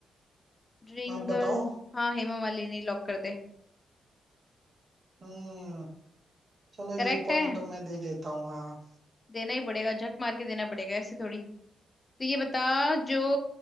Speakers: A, on the left; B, on the right.
A: Dream
B: आप
A: girl
B: बताओ
A: हाँ हेमा मालिनी लॉक कर दे
B: हम्म चलो ये
A: करेक्ट
B: पॉइंट
A: है
B: तो मैं दे देता हूँ हाँ
A: देना ही पड़ेगा झक मार के देना पड़ेगा ऐसे थोड़ी तो ये बता जो